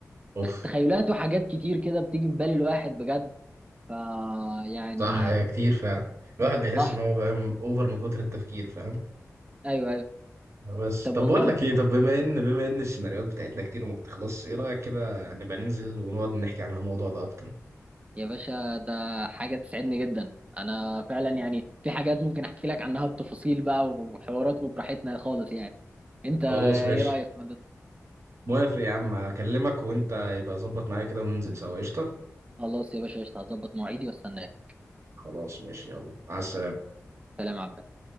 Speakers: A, on the right; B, on the right.
A: اوف
B: تخيلات وحاجات كتير كده بتيجي في بال الواحد بجد ف يعني
A: صح هي كتير فعلا الواحد بيحس
B: صح
A: ان هو فاهم اوفر من كتر التفكير فاهم
B: ايوه ايوه
A: بس
B: طب
A: طب
B: والله
A: بقول لك ايه طب بما ان بما ان السيناريوهات بتاعتنا كتير وما بتخلصش ايه رايك كده نبقى ننزل ونقعد نحكي عن الموضوع ده اكتر
B: يا باشا ده حاجة تسعدني جدا أنا فعلا يعني في حاجات ممكن أحكي لك عنها بتفاصيل بقى وحوارات وبراحتنا خالص يعني أنت إيه
A: خلاص ماشي
B: رأيك في الموضوع ده؟
A: موافق يا عم اكلمك وانت يبقى ظبط معايا كده وننزل سوا قشطه
B: خلاص يا باشا قشطة هظبط مواعيدي وأستناك
A: خلاص ماشي يلا مع السلامه
B: سلام يا عم